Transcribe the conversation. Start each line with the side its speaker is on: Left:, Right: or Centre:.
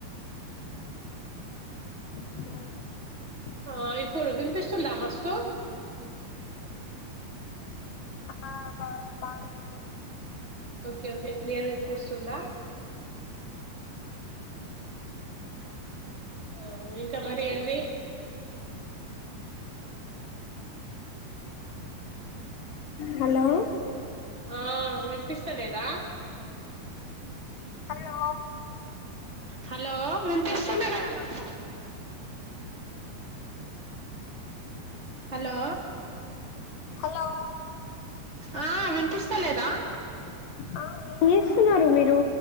Left: ఆ
Right: ఆ ఇప్పుడు వినిపిస్తుందా మస్తు
Left: ఆ బా బాడ
Right: ఓకే ఓకే రు వినిపిస్తుందా ఆ ఇంకా మరి ఏంది
Left: హలో
Right: ఆ వినిపిస్తలేదా
Left: హలో
Right: హలో వినిపిస్తుంది గాదా నాకు హలో
Left: హలో
Right: ఆ వినిపిస్త లేదా
Left: ఆ ఏం జేస్తున్నారు మీరు